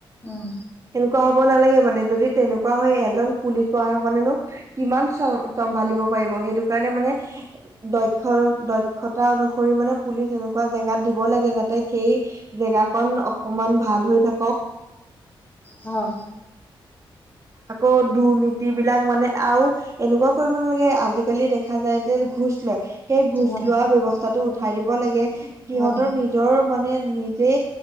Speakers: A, on the left (about 20°); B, on the right (about 35°).
A: উম।
B: সেনেকুৱা হ'ব নালাগে মানে যদি তেনেকু কোৱা হয় এজন পুলিচ প্ৰশাসনেনো কিমান চ চম্ভালিব পাৰিব সেইটো কাৰণে মানে দক্ষ দক্ষতা অনুসৰি মানে পুলিচ এনেকুৱা জেগাত দিব লাগে যাতে সেই জেগাকন অকমান ভাল হৈ থাকক।
A: হয়।
B: আকৌ দুৰ্নীতি বিলাক মানে আৰু এনেকুৱা কৰিব নালাগে আজিকালি দেখা যায় যে ঘোচ লয় সেই ঘোচ
A: হয়
B: লোৱা ব্যৱস্থাটো উঠাই দিব লাগে সিহঁতৰ
A: হয়
B: নিজৰ মানে নিজে